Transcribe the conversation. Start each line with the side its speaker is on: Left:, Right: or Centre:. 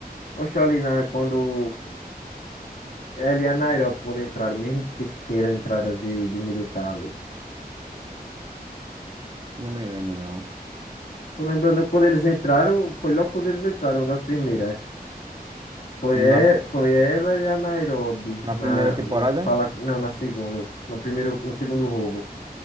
Left: Oxalá, na, quando, ela e a Nairobi, quando entraram, mesmo que, que era entraram de, de militar ali.
Right: Não me lembro, não.
Left: Tô lembrando quando eles entraram, foi logo quando eles entraram, uma das primeiras. Foi,
Right: E Na,
Left: e- foi ela e a Nairobi
Right: na
Left: na
Right: primeira temporada?
Left: no fala não na segunda no primeiro no segundo roubo.